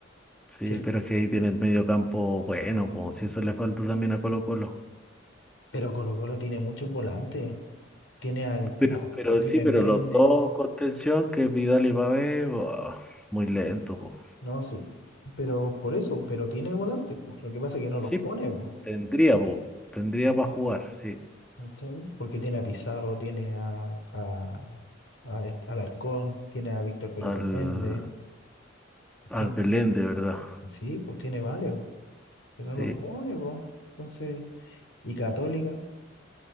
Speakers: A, in the centre; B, on the left (about 90°).
A: Sí,
B: Sí, el-
A: pero es que ahí tiene el medio campo bueno, pues si eso le falta también a Colo Colo.
B: pero Colo Colo tiene muchos volantes. Tiene al,
A: Pero,
B: a
A: pero
B: Felipe
A: sí, pero
B: Méndez,
A: los dos contención, que es Vidal y Pavés, buah, muy lento, pues.
B: no, sí. Pero por eso, pero tiene volantes, pues. Lo que pasa es que no los
A: Sí,
B: pone, pues.
A: tendría, pues, tendría para jugar, sí,
B: ¿cachai? Porque tiene a Pizarro, tiene a, a, a est- Alarcón, tiene a Víctor Felipe
A: al,
B: Méndez,
A: al
B: tiene,
A: Belén, de verdad.
B: sí, pues tiene varios, pero no los
A: Sí.
B: pone, pues. Entonces, y Católica,